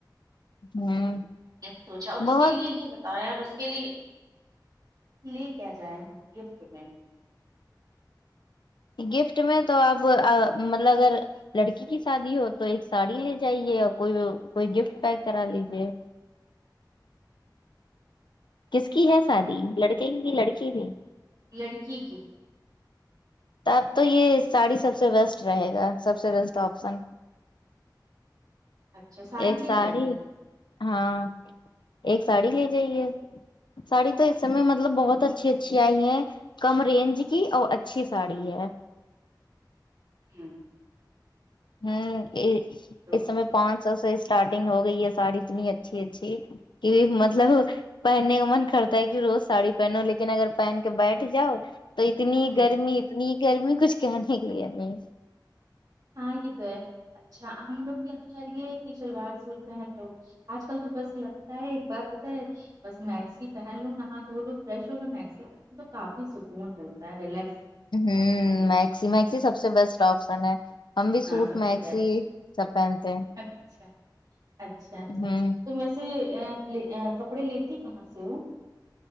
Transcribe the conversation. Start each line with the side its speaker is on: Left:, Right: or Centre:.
Left: ہوں
Right: سوچا اور
Left: بہت
Right: اس کے لیے یہ بتایا اور اس کے لیے لے کیا جائیں ہم گفٹ میں
Left: گفٹ میں تو آپ مطلب اگر لڑکی کی شادی ہو تو ایک ساڑی لے جائیے اور کوئی کوئی گفٹ پیک کرا لیجیے کس کی ہے شادی لڑکے کی کی لڑکی کی
Right: لڑکی کی
Left: تو اب تو یے ساڑی سب سے بیسٹ رہے گا سب سے بیسٹ آپسن
Right: اچھا ساری
Left: ایک
Right: لے
Left: ساڑی
Right: جائیں پھر
Left: ہاں ایک ساڑی لے جائیے ساڑی تو اس سمیے مطلب بہت اچھی اچھی آئی ہے کم رینج کی اور اچھی ساڑی ہے
Right: ہمم
Left: ہمم
Right: تو
Left: اس سمے پانچ سو سے اسٹارٹنگ ہو گئی ہے ساڑی اتنی اچھی اچھی کی مطلب پہننے کا من کرتا ہے کی روز ساڑی پہنو لیکن اگر پہن کے بیٹھ جاؤ تو اتنی
Right: ہ
Left: گرمی اتنی گرمی کچھ کہنے کے لیے نہیں
Right: ہاں یے تو ہے اچھا ہم لوگ کے یہا تو خیر یے شلوار سوٹ پہن لو آج کل تو بس لگتا ہے ایک بات بتاے بس میکسی پہن لو نہا دھولو فرش ہو لو مکسی پہنو تو کافی سکون ملتا ہے ریلکس
Left: ہمم میکسی میکسی سب سے بیسٹ آپسن ہے ہم بھی
Right: ہاں
Left: سوٹ
Right: سب سے
Left: میکسی
Right: بیسٹ
Left: سب پہنتے ہیں
Right: اچھا اچھا اچھا
Left: ہوں
Right: تم وسے آ کپڑے لے تی کہاں سے ہو